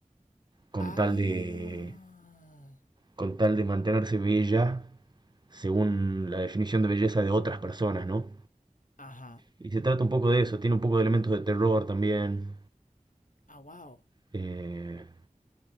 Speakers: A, on the right; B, on the left.
A: con
B: Ah.
A: tal de, con tal de mantenerse bella según la definición de belleza de otras personas, ¿no?
B: Ajá.
A: Y se trata un poco de eso, tiene un poco de elementos de terror también.
B: Ah, wow.
A: eh,